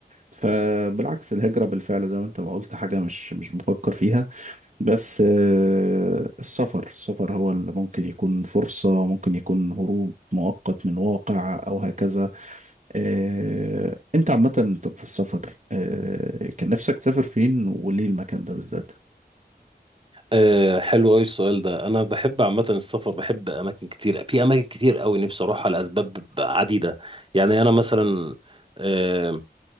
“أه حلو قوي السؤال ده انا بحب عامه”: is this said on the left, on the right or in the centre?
Right